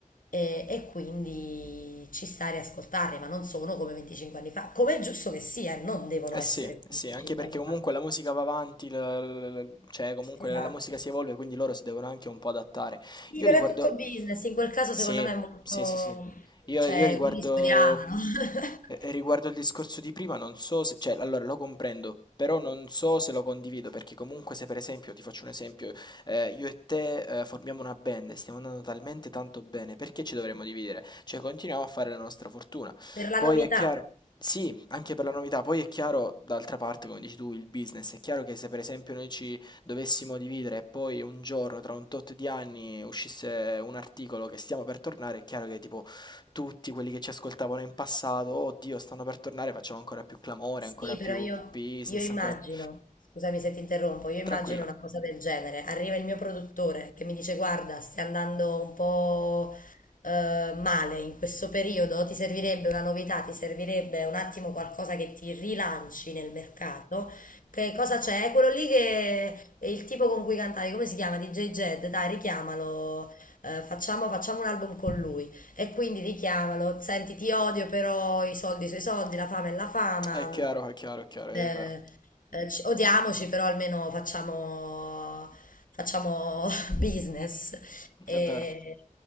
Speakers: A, on the left; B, on the left.
A: e, e quindi ci sta a riascoltarli, ma non sono come 25 anni fa, come è giusto che sia, non devono
B: Eh
A: essere
B: sì, eh
A: come
B: sì,
A: 25
B: anche perché
A: anni
B: comunque
A: fa.
B: la musica va avanti, la- la- la- cioè comunque
A: Esatto.
B: la musica si evolve, quindi loro si devono anche un po' adattare.
A: Sì,
B: Io
A: però
B: riguardo...
A: è tutto business, in quel caso
B: Sì,
A: secondo me è molto...
B: sì, sì, sì. Io,
A: cioè,
B: io riguardo...
A: quelli studiavano <laughs>
B: eh, Riguardo il discorso di prima, non so se... Cioè, allora lo comprendo, però non so se lo condivido, perché comunque se per esempio, ti faccio un esempio, eh, io e te eh, formiamo una band e stiamo andando talmente tanto bene, perché ci dovremmo dividere? Cioè, continuiamo a fare la nostra fortuna.
A: per la
B: Poi
A: novità.
B: è chiaro... Sì, anche per la novità. Poi è chiaro, d'altra parte, come dici tu, il business. È chiaro che se per esempio noi ci dovessimo dividere e poi un giorno, tra un tot di anni, uscisse un articolo che stiamo per tornare, è chiaro che tipo tutti quelli che ci ascoltavano in passato, oh Dio, stanno per tornare, facciamo ancora più clamore,
A: Sì,
B: ancora più
A: però io,
B: business,
A: io immagino,
B: ancora più...
A: scusami se ti interrompo, io immagino
B: Tranquilla.
A: una cosa del genere. Arriva il mio produttore che mi dice: Guarda, stai andando un po' eh, male in questo periodo, ti servirebbe una novità, ti servirebbe un attimo qualcosa che ti rilanci nel mercato. Che cosa c'è? È Quello lì che è il tipo con cui cantavi, come si chiama? DJ Jed, dai, richiamalo, eh, facciamo facciamo un album con lui. E quindi richiamalo, senti, ti odio, però i soldi sui soldi, la fame è la fama.
B: Ah, È chiaro, è chiaro, è chiaro, è
A: Eh,
B: vero.
A: eh, ci- odiamoci, però almeno facciamo, facciamo <laughs> business. E,
B: È vero.